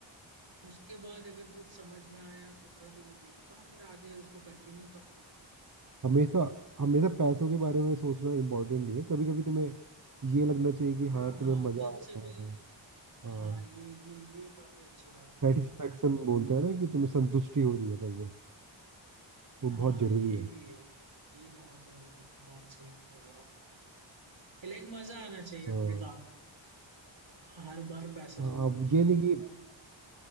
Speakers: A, on the right (about 70°); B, on the right (about 40°).
A: उसके बाद अगर कुछ समझ में आया तो फिर देखता हूँ फिर आगे उसको कंटिन्यू करता हूँ
B: हमेशा हमेशा पैसों के बारे में सोचना इम्पोर्टेंट नहीं है कभी कभी तुम्हें ये लगना चाहिए कि
A: हाँ
B: हाँ
A: हाँ
B: तुम्हें मजा
A: खुद
B: आ रहा
A: से भी
B: है हाँ
A: हाँ ये ये ये काफी अच्छी बात
B: सेटिस्फेक्शन
A: है हाँ
B: बोलते हैं ना कि तुम्हें संतुष्टि हो रही है करके वो
A: हाँ,
B: बहुत जरूरी
A: ये
B: है
A: भी है ये बहुत जरूरी है बात सही बोल रहे हो आप लाइक मजा आना चाहिए
B: हाँ
A: अपने काम में। हर बार पैसा
B: हाँ,
A: जरूरी
B: अब
A: नहीं
B: ये नहीं
A: होता
B: कि